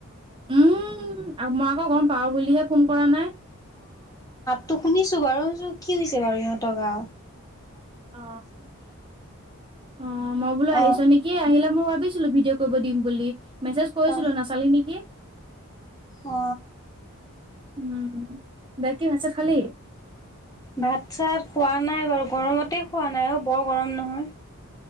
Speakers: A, on the right; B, on the left.
A: উম মই আকৌ গম পাওঁ বুলিহে ফোন কৰা নাই
B: ত শুনিছো বাৰু শুনছো কি হৈছে বাৰু ইহঁতৰ গা
A: অ অ মই বোলো আহিছ
B: অ
A: নেকি আহিলে মই ভাবিছিলো ভিডিঅ' ক'ব দিম বুলি মেছেজ কৰিছিলো
B: অ
A: নাচালি নেকি
B: অ।
A: উম বাকি ভাত ছাত খালি
B: ভাত চাত খোৱা নাই বাৰু গৰমতে খোৱা নাই অ বৰ গৰম নহয়